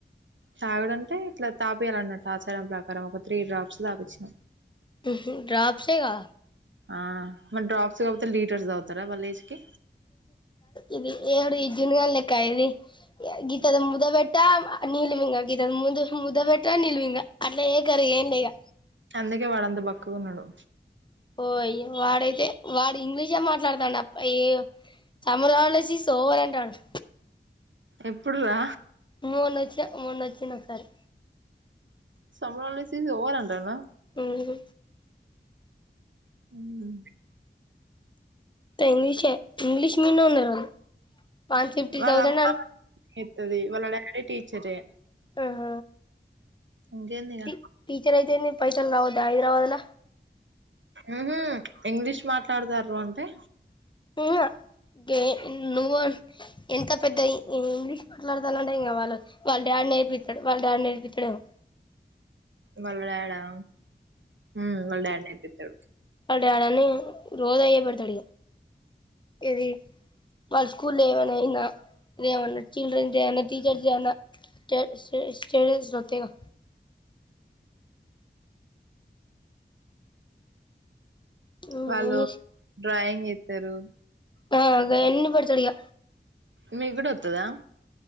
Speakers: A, on the right (about 85°); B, on the left (about 25°).
A: తాగడంటే ఇట్లా తాపియాలన్నాట్టు ఆచారం ప్రకారం ఒక త్రీ డ్రాప్స్ తాపిచ్చిన
B: ఉహు డ్రాప్స్సేగా
A: ఆ మరి డ్రాప్స్ కాపోతే లీటర్స్ తాగుతారా వాళ్ళ ఏజ్ కి
B: ఇది ఎవడు ఈ జున్నుగానిలేక్క ఇది గీతది ముద్దవెట్ట నీలి వింగ గీతది ముందు ముద్ద పెట్ట నిల్ మింగ అట్ల చేయకర్రి ఎయ్యర్రి ఇంగ
A: అందుకే వాడంత బక్కగా ఉన్నాడు
B: ఓయ వాడైతే వాడు ఇంగ్లీషే మాట్లాడతాండు అప్ప ఎ సమ్మర్ హాలిడేస్ ఇస్తా ఓవర్ అంటాండు
A: ఎప్పుడు రా
B: మూన్నొచ్చి మూన్నొచ్చిన్ది ఒకసారి
A: సమ్మర్ హాలిడేస్ ఇస్ ఓవర్ అంటాండా
B: ఉహు
A: ఉహు
B: ఇంగ్లీషే ఇంగ్లీష్ మీదనే ఉన్నారు వాళ్ళు వన్ ఫిఫ్టీ
A: వాళ్ళ
B: థౌజండ్
A: అమ్మ
B: అను
A: చెత్తది వాళ్ళ డాడీ టీచరే
B: అహ
A: ఇంకేంది ఇగ
B: టి టీచర్ అయితేంది పైసల్ రావొద్దా హైదరాబాద్ల
A: ఉహు ఇంగ్లీష్ మాట్లాడతారు అంటే
B: ఏ కె నువ్వు ఎంత పెద్ద ఇంగ్లీష్ మాట్లాడతానవంటే ఇంకా వాళ్ళు వాళ్ళ డాడీ నేర్పితాడు వాళ్ళ డాడీ నేర్పితడేమో
A: వల్ల డాడ్ ఆ ఉ వల్ల డాడ్ నేర్పితాడు
B: డాడ్ అని రోజ్ అయ్యే పెడతాడు ఇగ వాళ్ళ స్కూల్లో ఏమైనా ఇంగ ఇదేమన్నా చిల్డ్రన్స్ డే అయిన టీచర్స్ డే ఐన స్టేట్ స్టే స్టేటస్ లు వత్తాయిగా ఉహు
A: వాళ్ళు డ్రాయింగ్ ఇత్తరు
B: ఆ అదె అన్ని పెడతాడు ఇగ
A: మీ కూడా వతదా